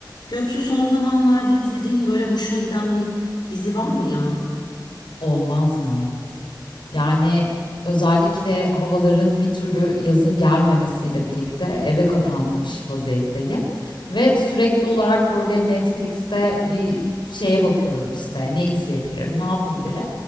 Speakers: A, on the left; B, on the left.
A: Göksu son zamanlarda izlediğin böyle hoşuna giden bir dizi var mı ya?
B: Olmaz mı? Yani, özellikle havaların bir türlü yazın gelmemesiyle birlikte eve kapanmış vaziyetteyim ve sürekli olarak, böyle, Netflix'te bir şeye bakıyorum, işte, ne izleyebilirim, ne yapabilirim?